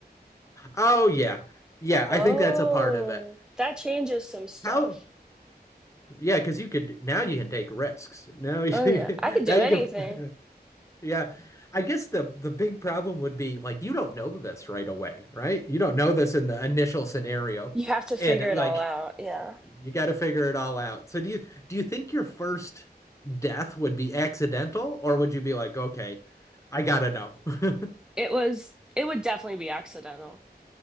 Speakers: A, on the left; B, in the centre.
A: Oh yeah, yeah,
B: Oh,
A: I think that's a part of it.
B: that changes some stuff.
A: How? Yeah, because you could now you can take risks. Now you
B: Oh yeah, I could do
A: <laughs> now you
B: anything.
A: can. Yeah. I guess the the big problem would be like you don't know this right away, right? You don't know this in the initial scenario.
B: You have to figure
A: And
B: it
A: like
B: all out. Yeah.
A: you got to figure it all out. So do you do you think your first death would be accidental or would you be like, "Okay, I got to know." <laughs>
B: It was it would definitely be accidental.